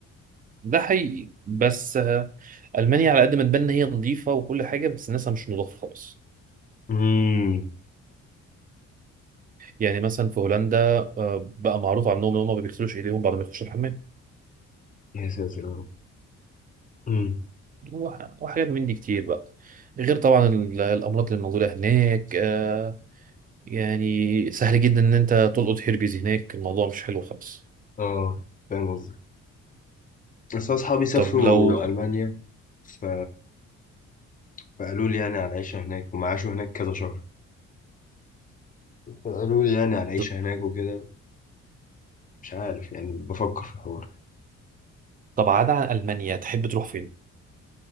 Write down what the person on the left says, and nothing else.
امم
يا ساتر يا رب
اه فاهم قصدك بس أنا أصحابي سافروا
ألمانيا ف... فقالوا لي يعني على العيشة هناك وما عاشوا هناك كذا شهر فقالوا لي يعني على العيشة
هناك وكده مش عارف يعني بفكر في الحوار